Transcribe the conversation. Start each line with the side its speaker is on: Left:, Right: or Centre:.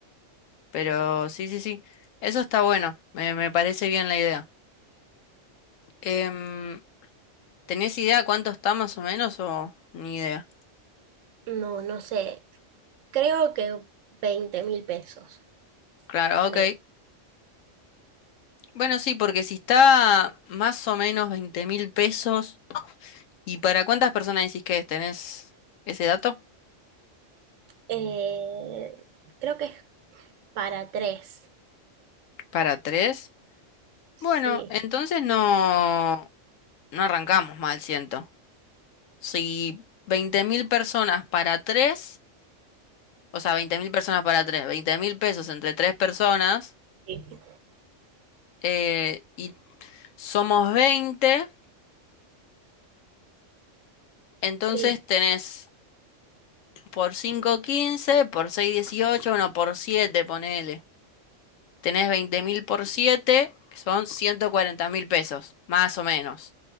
Left: Pero sí, sí, sí. Eso está bueno. Me, me parece bien la idea. Em, ¿tenés idea cuánto está más o menos o ni idea?
Right: No, no sé. Creo que veinte mil pesos,
Left: Claro,
Right: creo.
Left: ok. Bueno, sí, porque si está más o menos 20 mil pesos, ¿y para cuántas personas decís que es? ¿Tenés ese dato?
Right: Eh, creo que es para tres.
Left: ¿Para tres?
Right: Sí,
Left: Bueno, entonces no, no arrancamos mal, siento. Si 20 mil personas para tres, o sea, 20 mil personas para tres, 20 mil pesos entre tres personas,
Right: Sí.
Left: eh, y somos 20, entonces
Right: sí,
Left: tenés por 5 15, por 6 18, no, por 7 ponele. tenés 20 mil por 7, que son 140 mil pesos, más o menos.